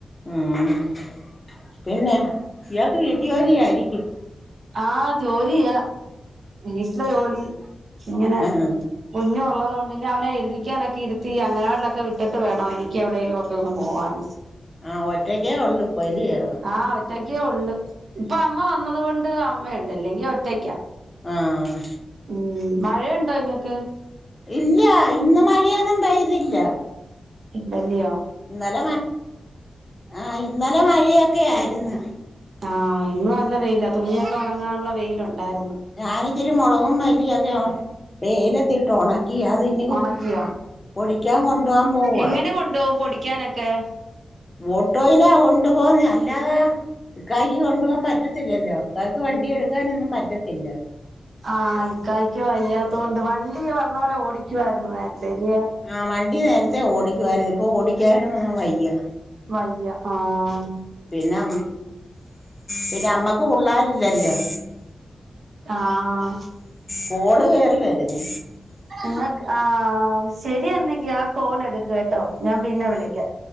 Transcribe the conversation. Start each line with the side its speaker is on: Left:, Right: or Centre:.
Left: ഉമ് പിന്നെ ഇയാക്ക് വീട്ട് ജോലിയായിരിക്കും
Right: ആഹ് ജോലിയാ വീട്ടിലെ ജോലി ഇങ്ങനെ
Left: ആഹ്
Right: കുഞ്ഞുള്ളള്ളത് കൊണ്ട് ഇനി അവനെ എഴുതിക്കാനൊക്കെ ഇരുത്തി അങ്ങനാട്ടിലൊക്കെ വിട്ടിട്ട് വേണം എനിക്ക് എവിടെേലുമോക്കെ ഒന്ന് പോവാൻ
Left: ആഹ് ഒറ്റക്കേ ഉള്ളു പ്പലിയോ
Right: ആഹ് ഒറ്റക്കേ ഉള്ളു ഇപ്പൊ അമ്മ വന്നത് കൊണ്ട് അമ്മയുണ്ട് അല്ലെങ്കി ഒറ്റക്കാ
Left: ആഹ്
Right: ഉംമ് മഴയുണ്ടോ ങ്ങൾക്ക്
Left: ഇല്ല ഇന്ന് മഴയൊന്നും പെയ്തില്ല
Right: ഇന്തല്ലയോ
Left: ഇന്നലെ മ ആഹ് ഇന്നലെ മഴയൊക്കെ ആയിരുന്നു
Right: ആഹ് ഇന്ന് നല്ല വെയില തുണിയൊക്കെ ഉണങ്ങാനുള്ള വെയിലുണ്ടായിരുന്നു
Left: ഞാനിച്ചിരി മോളകും മല്ലിയൊക്കെ ഒ വെയ്ലത്തിട്ട് ഉണക്കി അത് ഇനി
Right: ഉണക്കിയോ
Left: പൊടിക്കാൻ കൊണ്ടുപോകാൻ പോവാ
Right: എങ്ങനെ കൊണ്ടോകും പൊടിക്കാനൊക്കെ
Left: ഓട്ടോയിലാ കൊണ്ടു പോന്നെ അല്ലാതെ ഇക്കയ്ക് കൊണ്ടുപോവാൻ പറ്റത്തില്ലല്ലോ കായ്ക്ക് വണ്ടി എടുക്കാനൊന്നും പറ്റത്തില്ല
Right: ആഹ് ഇക്കയ്ക് വയ്യാത്തൊണ്ട് വണ്ടി പറഞ്ഞ പോലെ ഓടിക്കുവായിരുന്നു നേരത്തെ ല്യ
Left: ആഹ് വണ്ടി നേരത്തെ ഓടിക്കുവായിരുന്നു ഇപ്പൊ ഓടിക്കാനും ഒന്നും വയ്യ
Right: വയ്യ ആഹ്
Left: പിന്നമ്മ് പിന്നമ്മക്ക് പുള്ളാരില്ലല്ലോ
Right: ആഹ്
Left: കോള് കേറി വരുന്നു
Right: നിങ്ങക് ആഹ് ശരിയന്നെങ്കി ആ കോളെടുക്ക് കേട്ടോ ഞാൻ പിന്നെ വിളിക്കാം